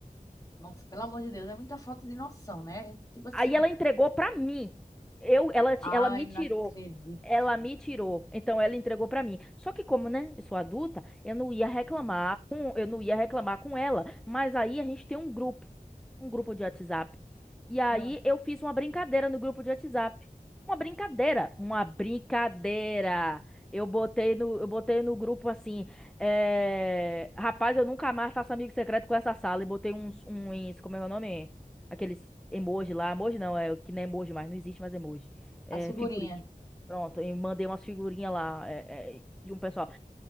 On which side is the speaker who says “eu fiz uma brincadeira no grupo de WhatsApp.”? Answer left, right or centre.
Centre